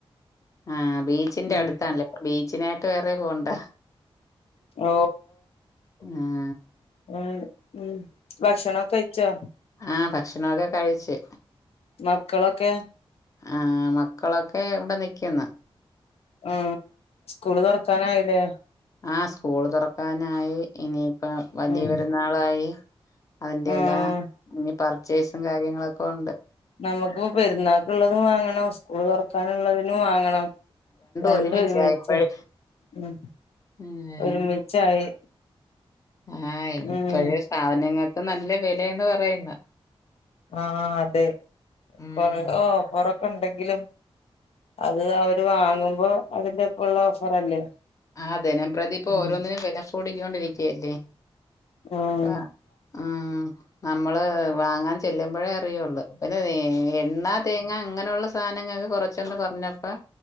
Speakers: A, on the left (about 35°); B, on the left (about 90°).
A: ആ ബീച്ചിന്റെ
B: ഉം
A: അടുത്താണല്ലേ അപ്പൊ ബീച്ചിനായിട്ട് വേറെ പോണ്ട.
B: ഓ
A: ങ്ങാ
B: ഉം ഉം ഭക്ഷണം കഴിച്ചോ
A: ആ ഭക്ഷണൊക്കെ കഴിച്ച്.
B: മക്കളൊക്കെ
A: ആ മക്കളൊക്കെ ഇവിടെ നിക്കുന്ന്.
B: ആ സ്കൂള് തൊറക്കാനായില്ലേ.
A: ആ സ്കൂള് തൊറക്കാനായി ഇനിയിപ്പം വലിയ
B: ഉം
A: പെരുന്നാളായി. അതിന്റെ
B: ഉം
A: എല്ലാ ഇനി പർച്ചേസും കാര്യങ്ങളൊക്കെ ഉണ്ട്.
B: നമുക്കു പെരുന്നാക്കുള്ളതും വാങ്ങണം സ്കൂള് തൊറക്കാനുള്ളതിനും വാങ്ങണം. രണ്ടും
A: ഒരുമിച്ചാ
B: ഒരുമിച്ച്
A: ഇപ്പഴ്
B: ഉം
A: ഏഹ്
B: ഒരുമിച്ചായി
A: ആഹ്
B: ഉം
A: ഇപ്പഴേ സാധനങ്ങൾക്ക് നല്ല വെലയാന്ന് പറയുന്നെ
B: ആഹ് അതെ
A: ഉം
B: കൊറേ ഓഫറൊ ക്കെണ്ടെങ്കിലും അത് അവര് വാങ്ങുമ്പോ അതിന്റെ ഒപ്പവുള്ള ഓഫറല്ലേ
A: ആ ദിനംപ്രതി ഇപ്പൊ
B: ഉം
A: ഓരോന്നിനും വിലക്കൂടിക്കോണ്ടിരിക്കല്ലേ
B: ഉം
A: ആ ആഹ് നമ്മള് വാങ്ങാൻ ചെല്ലുമ്പഴേ അറിയൊള്ളു പിന്നെ വെ എണ്ണ, തേങ്ങ ഇങ്ങനുള്ള സാധനങ്ങക്ക് കൊറച്ചൊന്ന് കുറഞ്ഞപ്പോ